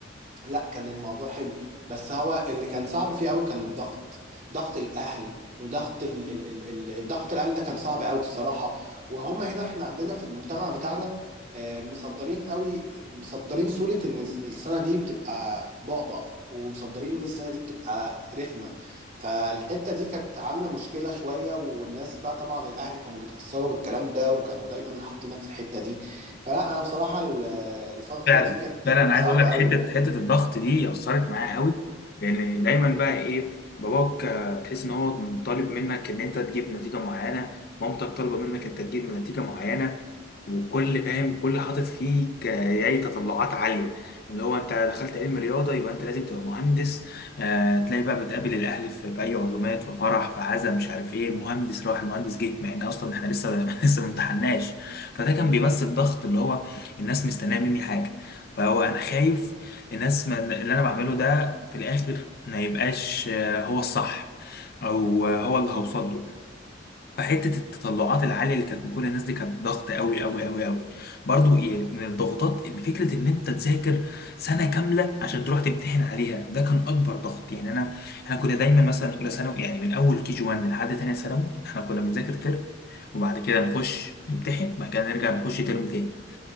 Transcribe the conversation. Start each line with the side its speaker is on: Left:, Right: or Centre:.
Right: لا كان الموضوع حلو بس هو اللي كان صعب فيه قوي كان الضغط ضغط الاهل وضغط ال... ال... ال... ال- الضغط الاهل ده كان صعب قوي بصراحه وهم هنا احنا عندنا في المجتمع بتاعنا آه، مصدرين قوي مصدرين صوره ان الس- السنه دي بتبقى بعبع ومصدرين ان السنه دي بتبقى رخمه فالحته دي كانت عامله مشكله شويه والناس بقى طبعا الاهل كانوا بيتاثروا بالكلام ده وكانوا دايما محطينك في الحته دي فلا انا بصراحه ال- الفتره
Left: فعلا
Right: دي كانت
Left: فعلا
Right: كانت
Left: أنا عايز
Right: صعبه
Left: اقول لك
Right: قوي
Left: حته حته الضغط دي اثرت معايا قوي لان دايما بقى ايه باباك آه، تحس ان هو طالب منك ان انت تجيب نتيجه معينه مامتك طالبه منك انت تجيب نتيجه معينه وكل فاهم كل حاطط فيك آه، يعني تطلعات عالية اللي هو انت دخلت علم رياضة يبقى انت لازم تبقى مهندس آه تلاقي بقى بتقابل الاهل في, في اي عزومات في فرح في عزا مش عارف ايه المهندس راح المهندس جه مع ان اصلا احنا لسه <laughs> لسه ما امتحناش فده كان بيمثل ضغط اللي هو الناس مستنيه مني حاجة فهو انا خايف الناس ما اللي انا بعمله ده في الاخر ما يبقاش آه، هو الصح او آه، هو اللي هوصل له فحته التطلعات العاليه اللي كانت من كل الناس دي كانت ضغط قوي قوي قوي قوي برضو يعني من الضغوطات اللي فكره ان انت تذاكر سنه كامله عشان تروح تمتحن عليها ده كان اكبر ضغط يعني انا احنا كنا دايما مثلا اولى ثانوي يعني من اول كي جي 1 لحد تانية ثانوي احنا كنا بنذاكر ترم وبعد كده نخش نمتحن بعد كده نرجع نخش ترم تاني